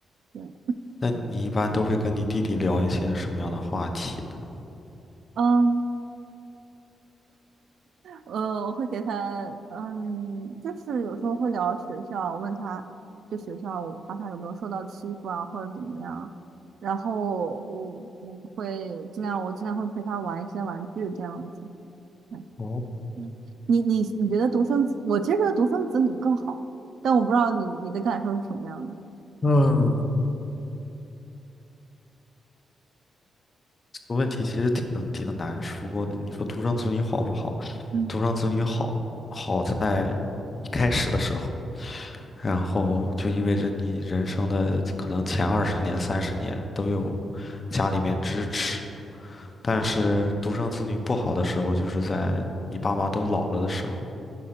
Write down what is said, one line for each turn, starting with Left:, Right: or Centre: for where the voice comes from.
Right: 对，
Left: 那你一般都会跟你弟弟聊一些什么样的话题呢？
Right: 嗯。呃，我会给他，嗯，就是有时候会聊学校，问他就学校，我怕他有没有受到欺负啊，或者怎么样。然后我我会尽量，我尽量会陪他玩一些玩具这样子。嗯，
Left: 哦，
Right: 嗯你你你觉得独生子，我其实觉得独生子女更好，但我不知道你你的感受是什么样的。
Left: 嗯。个问题其实挺挺难说的。你说独生子女好不好？
Right: 嗯
Left: 独生子女好，好在一开始的时候，然后就意味着你人生的可能前二十年、三十年都有家里面支持。但是独生子女不好的时候，就是在你爸妈都老了的时候，